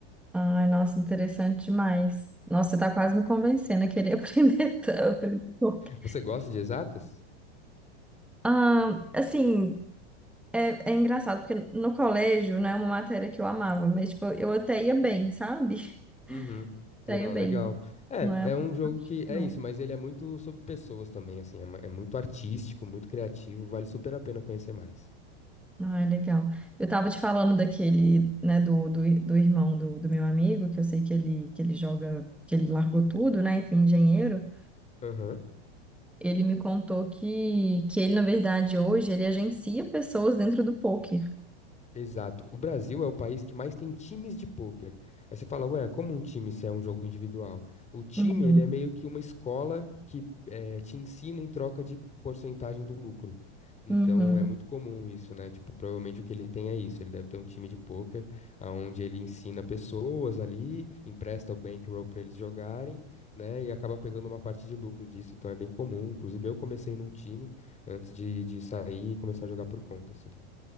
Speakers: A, in the centre; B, on the left.
A: Ai, nossa, interessante demais. Nossa, você tá quase me convencendo a querer <laughs> aprender, t- aprender poker.
B: Você gosta de exatas?
A: Ah, assim, É, é engraçado, porque no colégio não é uma matéria que eu amava, mas tipo, eu até ia bem, sabe? <laughs>
B: Uhum.
A: Até
B: Não,
A: ia bem,
B: legal.
A: né?
B: É,
A: Não é uma
B: é um jogo
A: paixão,
B: que
A: não.
B: é isso, mas ele é muito sobre pessoas também, assim. É, ma- é muito artístico, muito criativo. Vale super a pena conhecer mais.
A: Ah, legal. Eu tava te falando daquele, né, do, do, do irmão do, do meu amigo, que eu sei que ele, que ele joga, que ele largou tudo, né, enfim, engenheiro.
B: Aham.
A: Ele me contou que, que ele, na verdade, hoje, ele agencia pessoas dentro do poker.
B: Exato. O Brasil é o país que mais tem times de pôquer. Aí você fala, ué, como um time se é um jogo individual? O time,
A: Uhum,
B: ele é meio que uma escola que eh, te ensina em troca de porcentagem do lucro. Então,
A: uhum.
B: é muito comum isso, né? Tipo, provavelmente o que ele tem é isso. Ele deve ter um time de pôquer, onde ele ensina pessoas ali, empresta o bankroll para eles jogarem, né? E acaba pegando uma parte de lucro disso. Então, é bem comum. Inclusive, eu comecei num time antes de, de sair e começar a jogar por conta, assim.